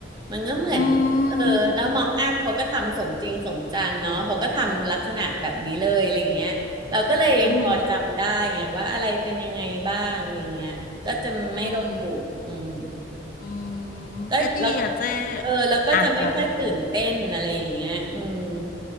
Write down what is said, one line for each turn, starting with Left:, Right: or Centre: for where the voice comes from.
Right: มันก็เหมือนเออแล้วมองอัพเขาก็ทำสมจริงสมจังเนาะเขาก็ทำลักษณะแบบนี้เลยอะไรอย่างเงี้ยเราก็เลยยังพอจำได้ไงว่าอะไรเป็นยังไงบ้างอะไรอย่างเงี้ยก็จะไม่โดนดุอืม
Left: อืมอืมอืมอืม
Right: ก็แล้ว
Left: ก็ดีอ่ะเจ๊
Right: เออแล้วก็จะไม่ค่อยตื่นเต้นอะไรอย่างเงี้ยอืม
Left: อ่ะแล้วไงต่อ